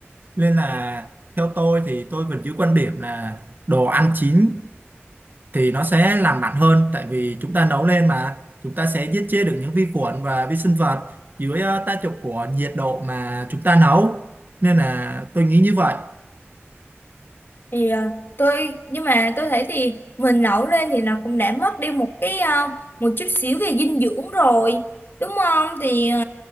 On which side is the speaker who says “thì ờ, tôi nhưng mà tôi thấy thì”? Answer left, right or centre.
Left